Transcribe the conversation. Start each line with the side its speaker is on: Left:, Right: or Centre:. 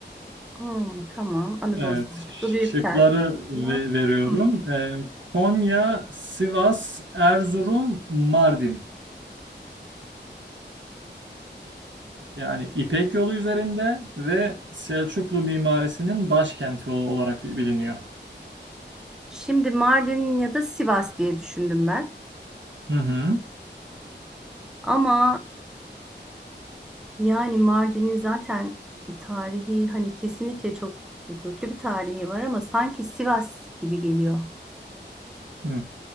Centre: hmm, tamam. Anadolu
Right: Evet,
Centre: Selçuklu
Right: şıkları
Centre: Büyük Selçuklu.
Right: ve veriyorum.
Centre: Hmm.
Right: E, Konya, Sivas, Erzurum, Mardin. Yani İpek Yolu üzerinde ve Selçuklu mimarisinin başkenti ol- olarak bi- biliniyor.
Centre: Şimdi Mardin ya da Sivas diye düşündüm ben.
Right: Hı hı.
Centre: Ama e, yani Mardin'in zaten tarihi hani kesinlikle çok köklü bir tarihi var ama sanki Sivas gibi geliyor.
Right: Hı.